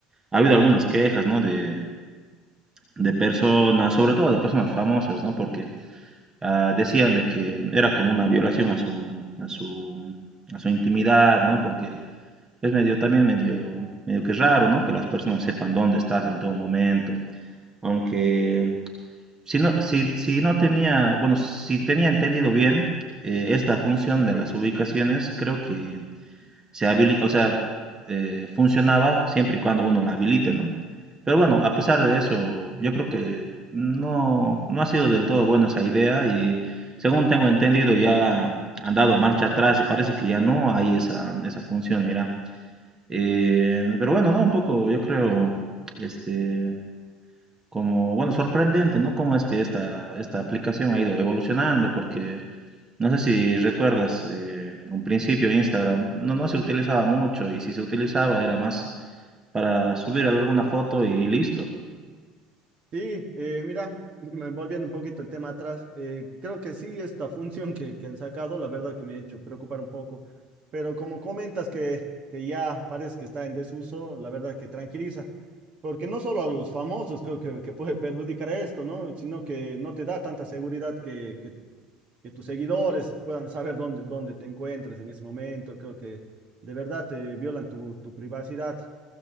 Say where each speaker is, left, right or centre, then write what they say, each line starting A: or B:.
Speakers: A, on the right (about 20°); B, on the right (about 40°).
A: ha habido algunas quejas, ¿no? De, de personas, sobre todo de personas famosas, ¿no? Porque ah, decían de que era como una violación a su, a su, a su intimidad, ¿no? Porque es medio, también medio, medio que raro, ¿no? Que las personas sepan dónde estás en todo momento Aunque si no, si, si no tenía, bueno, si tenía entendido bien eh, esta función de las ubicaciones, creo que se habili- o sea, eh, funcionaba siempre y cuando uno la habilite, ¿no? Pero bueno, a pesar de eso, yo creo que no, no ha sido del todo buena esa idea y según tengo entendido ya han dado marcha atrás y parece que ya no hay esa, esa función, mira. Eh, pero bueno, no, un poco, yo creo, este, como, bueno, sorprendente, ¿no? Cómo es que esta, esta aplicación ha ido evolucionando, porque no sé si recuerdas, eh, un principio Instagram no, no se utilizaba mucho y si se utilizaba era más para subir alguna foto y listo.
B: Sí, eh, mira, me- volviendo un poquito el tema atrás, eh, creo que sí, esta <laughs> función que, que han sacado, la verdad que me ha hecho preocupar un poco, pero como comentas que, que ya parece que está en desuso, la verdad que tranquiliza, porque no solo a los famosos creo que, que puede perjudicar esto, ¿no? Sino que no te da tanta seguridad que, que, que tus seguidores puedan saber dónde, dónde te encuentras en ese momento, creo que de verdad te violan tu, tu privacidad.